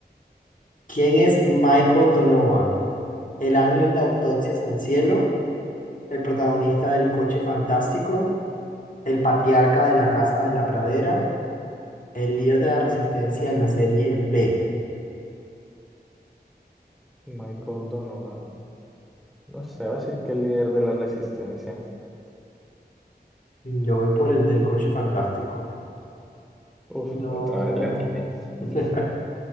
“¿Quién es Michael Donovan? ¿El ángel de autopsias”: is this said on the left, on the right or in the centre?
Left